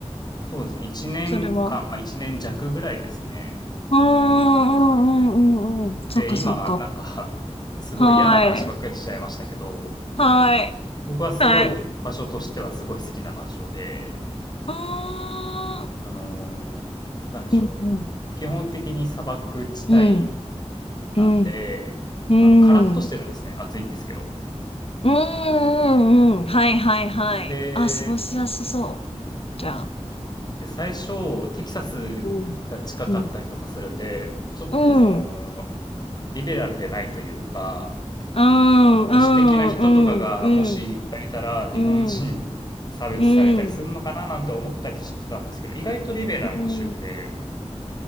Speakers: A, on the left; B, on the left.
A: そうですね。1年間、
B: それは。
A: まあ1年弱ぐらいですね。
B: うんうんうんうんうん。そっかそっか。
A: で、今、なんか <laughs> すごい嫌な話ばっかりしちゃいましたけど、
B: はい。はい。
A: 僕はすごい場所としてはすごい好きな場所で、
B: はい。あ
A: あのーなんでしょう。
B: ーうんうん
A: 基本的に砂漠地帯
B: うん。
A: なんで、
B: うん。うん。
A: あの、カラッとしてるんですね。暑いんですけど。
B: うんうんうん。はいはいはい。
A: で、
B: あ、過ごしやすそう。じゃあ。
A: で、最初、テキサスが近かったりとかするんで、
B: うん。うん。
A: ちょっとその、
B: うん。
A: リベラルでないというか、
B: うんうんうんうん
A: あの、保守的な人とかがもしいっぱいいたら、日本人差別されたりするのかななんて思ったりしてたんですけど、
B: うんうん
A: 意外とリベラルな州で、
B: うん。